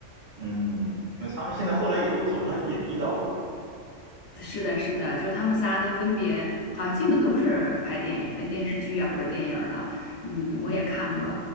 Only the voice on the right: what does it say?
嗯，那他们现在后来也都走上演艺道路了嘛，
嗯